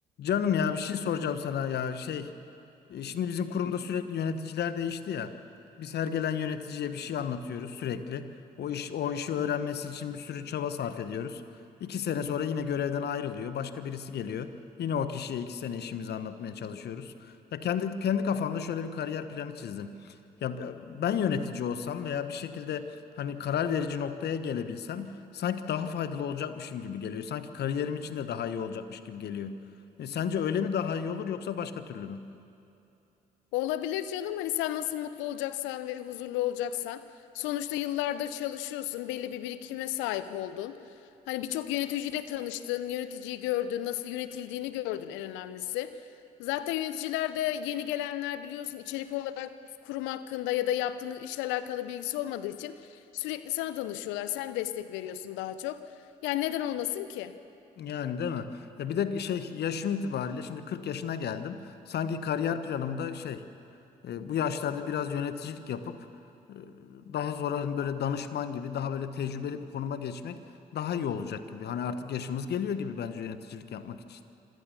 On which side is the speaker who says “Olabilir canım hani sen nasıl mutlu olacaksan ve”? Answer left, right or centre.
Left